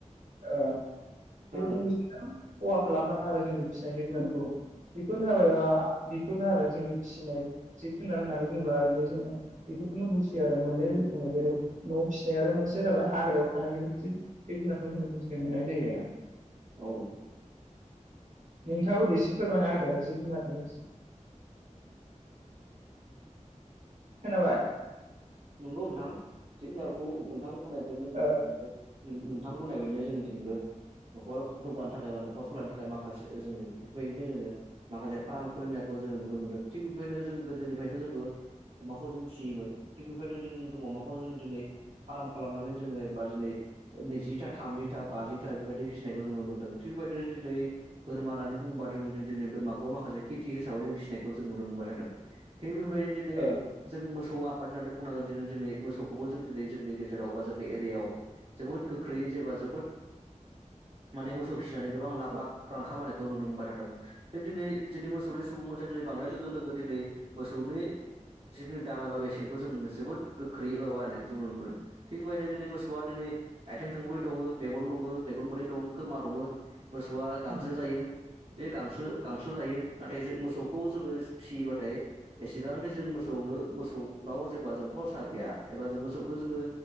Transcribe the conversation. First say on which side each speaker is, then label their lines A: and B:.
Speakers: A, on the right (about 80°); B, on the right (about 50°).
A: ओ-बेबादिनो
B: खोनादों
A: बिसोरो खहा खालामलाङो आरो। जोंनि फिसायनाय जिब जुनारखौ बेफोरनो जाबाय ओ- बेफोरनो आरो। जोंनि फिसिनाय जिब जुनार होननानै बुंङोब्ला ओरैनो जोंङो बेफोरखौनो बुजियो आरो मोननै रोखोमनि जेरै न'आव फिसिनाय आरो मोनसे जाबाय हाग्रायाव थानाय बेफोरदि जिब जुनारखौ जोंङो बुजिनो मोननाय जायो।
B: औ
A: नोंथाङाबो दे एसे फोरमायना होदो जिब जुनारनि। खोनाबाय?
B: नंगौ नोंथां जिब जुनारखौ नोंथां बुंनायबायदिनो जोंनिथिंबो
A: ओ
B: बि नों-नोंथां बुंनाय बायदिनो जोंनिथिंबो न'खर जौगानो थाखाय बा न'खर सलायनो थाखाय माखासे जोङो बेफोरबायदिनो जोङो माखासे फार्म खुलिनायखौ जोङो नुनो मोनदों थिग बेबायनो जों गोदोनिफ्रायनो जोङो अमाखौ जों फिसियोमोन। थिग बेबायदिनो <unintelligible> जों अमाखौ जों दिनै फार्म खालामनानै जोङो एबा दिनै नैजिथा थामजिथा बाजिथा बेबायदि फिसिनायखौ जोङो मोन दो थिगबायदि दिनै बोरमा होननानै बुंङोबा जों दिनै बोरमा खौ माखासे खेथि हिसाबै जों फिनायखौ जों नुनो मोनबाय थादों थिग बेफोरबायदिनो दिनै
A: ओ ओ
B: जों मोसौ आ होननानै बुंनांगोन दि दिनै मोसौखौबो जों दिनै जोंनि गेजेराव बा जोंनि एरियायाव जोबोद गोख्रैयै जेबा जोबोद माने मोसौ फिसिनानै गोबां लाख लाख रां खामानायखौ नुनो मोनबाय थादों। थ' दिनै दिनै मोसौनि सुबुं अनजिमानि बांनाय लोगो लोगो दिनै मोसौनि जिनु दामा बारायसिगोन। जों जोबोद गोख्रै एबा बारायनायखौ जों नुनो मोनो। थिग बेबायदिनो दिनै मोसौआ दिनै आइथिं थोंब्रै दङो मेगन दङ मेगन मोननै दं। खोमा दङो, मोसौआ गांसो
A: उम
B: जायो। बे गांसो गांसो जायो नाथाय जों मोसौ खौ जोङो फिसियो बाथाय एसेबांथो जों मोसौनो मोसौ नाव जेब्ला जों खरसा गैया एबा जों मोसौखौ जोङो